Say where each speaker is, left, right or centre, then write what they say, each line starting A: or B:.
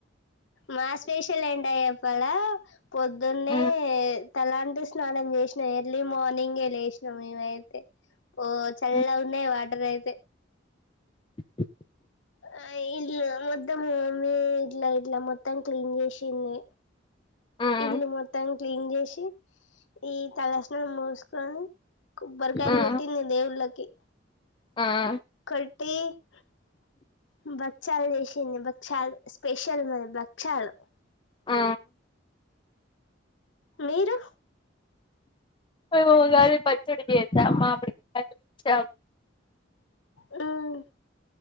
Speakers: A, on the left; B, on the left.
A: మా స్పెషల్ ఏంటో చెప్పాలా పొద్దున్నే
B: హ్మ్
A: తలాంటూ స్నానం చేసినా ఎర్లీ మార్నింగ్ లే. వైష్ణ మేమైతే ఓ చల్లగున్నై
B: హ్మ్
A: ఆ వాటర్ అయితే. అంతే.
B: <inaudible>
A: ఆ ఇల్ మద్. మొత్తం తోమి ఇట్లా ఇట్లా మొత్తం క్లీన్ చేసింది.
B: హ్మ్
A: ఇల్లు మొత్తం. క్లీన్ చేసి ఈ తలస్నానం చేసుకొని. కొబ్బరి కాయలు
B: హ్మ్
A: కొట్టింది దేవుళ్ళకు. కే.
B: హ్మ్
A: కొట్టి బ. బచ్చలు చేసింది బచ్చలు స్పెషల్ మావి బక్షాలూ.
B: ఆ.
A: మీరు.
B: నేను ఉగాది పచ్చడి చెత్తా మామిడి కాయలు.
A: ఉమ్.